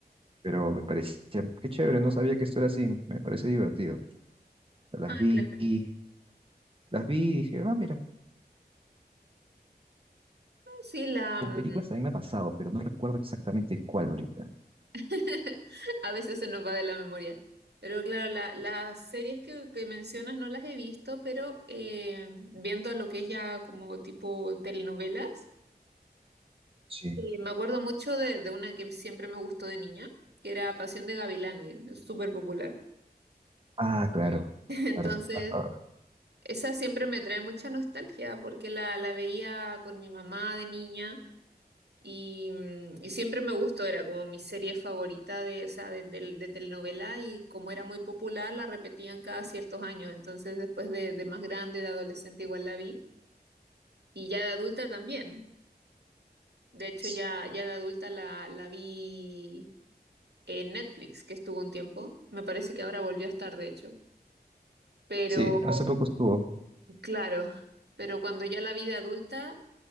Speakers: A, on the right (about 30°); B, on the right (about 85°).
A: pero me parecía, qué chévere, no sabía que esto era así, me parece divertido. Las
B: Ah,
A: vi,
B: claro.
A: y- las vi y dije, ah, mira,
B: Sí, la
A: con
B: mm,
A: películas también me ha pasado, pero no recuerdo exactamente cuál ahorita.
B: <laughs> a veces se nos va de la memoria. Pero claro, la- las series que, que mencionas no las he visto, pero eh, viendo lo que es ya como tipo telenovelas.
A: Sí.
B: Y me acuerdo mucho de, de una que siempre me gustó de niña, que era Pasión de Gavilanes, es súper popular.
A: Ah, claro,
B: <laughs> Entonces,
A: claro, hasta ahora.
B: esa siempre me trae mucha nostalgia porque la, la veía con mi mamá de niña y, mm, y siempre me gustó, era como mi serie favorita de, o sea, de, del- de telenovela y como era muy popular, la repetían cada ciertos años. Entonces, después de, de más grande, de adolescente, igual la vi y ya de adulta también. De hecho,
A: S-
B: ya, ya de adulta la, la vi. en Netflix, que estuvo un tiempo. Me parece que ahora volvió a estar, de hecho. Pero,
A: Sí, hace poco estuvo.
B: claro, pero cuando ya la vida adulta